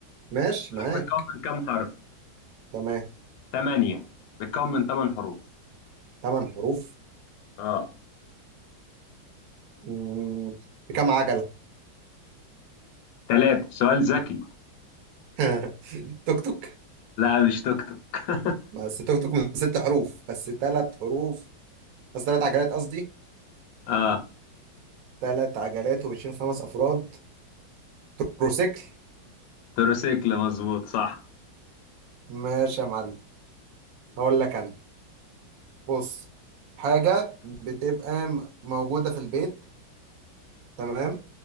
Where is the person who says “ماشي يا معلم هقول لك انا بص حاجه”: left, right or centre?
Right